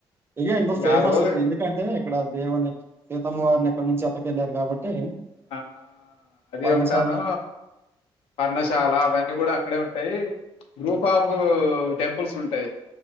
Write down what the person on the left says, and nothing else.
ఇక
ఆ రోజు
ఆ అది
ఒకటిను పర్ణశాల అవన్నీ కూడా, ఇక్కడే ఉంటాయి. గ్రూప్
ఆఫూ టెంపుల్స్ ఉంటాయి.